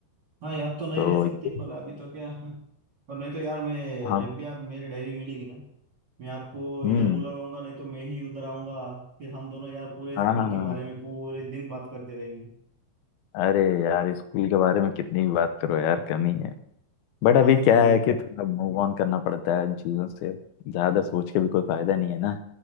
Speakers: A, on the right; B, on the left.
A: हाँ याद तो नहीं
B: तो
A: रह सकती
B: ये-
A: पर अभी तो क्या <laughs> पर नहीं तो यार मैं
B: हाँ
A: जब भी आप मेरी डायरी मिलेगी ना मैं आपको
B: हम्म
A: इधर बुलाऊंगा नहीं तो मैं ही उधर आऊंगा फिर हम दोनों यार पूरे
B: हाँ
A: स्कूल
B: हाँ हाँ
A: के बारे
B: हाँ।
A: में पूरे दिन बात करते रहेंगे
B: अरे यार स्कूल के बारे में कितनी भी बात करो यार कमी है बट
A: हाँ
B: अभी क्या
A: सही
B: है
A: है
B: कि थोड़ा मूव ऑन करना पड़ता है इन चीजों से ज्यादा सोच के भी कोई फायदा नहीं है ना